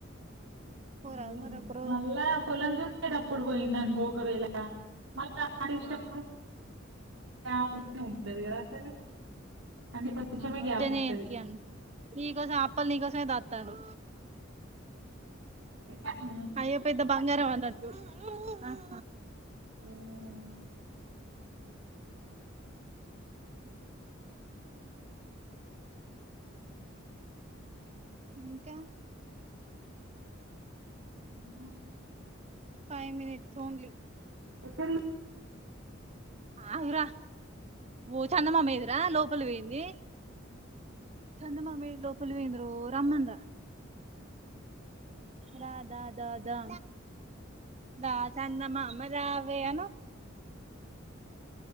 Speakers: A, on the right; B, on the right.
A: పోరాదు
B: మళ్ళ
A: మరి ఒక రోజు
B: మళ్ళా పొలం దున్నేటప్పుడు పోయిండనుకో ఒకవేళ మళ డాడీ ఇష్టప
A: ఆ
B: డ్ <unintelligible> ఉండదు కదా అసలు అంటే కొంచెమే
A: అ ఉత్తగానే
B: గ్యాప్ ఉంటది
A: ఏ పియన్ మీ కోసం అప్ ప్పల్ ని కోసమే దాతండు
B: అ
A: అయ్యి పెద్ద బంగారం అన్నట్టు అహ
B: మ్
A: ఇంకా
B: <unintelligible>
A: ఫైవ్ మినిట్స్ ఓన్లీ
B: ఎక్కడికి
A: ఆరా ఓ చన్నమా మీదురా లోపలి వేయింది చందమామి లోపలి వంద్ర రమంద రాధా దా దా దా చంద మా మజా అనా